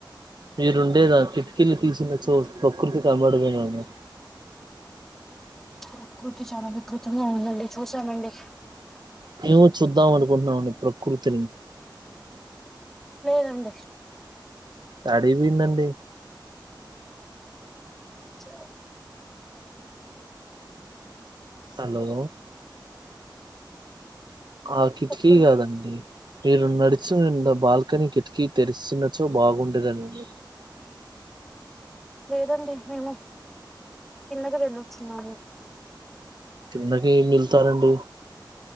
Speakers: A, on the right; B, in the centre.
A: మీరుండేదా కిక్కిలు తీసిన చో ప్రకృతి కనబడుతుంది.
B: ప్రకృతి చాలా వికృతంగా ఉందండి చూసానండి
A: మేము చూద్దాం అనుకుంటున్నాము ప్రకృతిని
B: లేేదండి
A: అడి మిందండి
B: చవ్
A: హలో ఆ కిటికీ
B: చెప్పండి
A: కాదండి మీరు నడిచి రెండ్ బాల్కనీ కిటికీ తెరిచినచో బాగుండేదని
B: లేదండి మేము కిందకి వెళ్ళొచ్చున్నాము
A: కిందకి మిళ్తారండి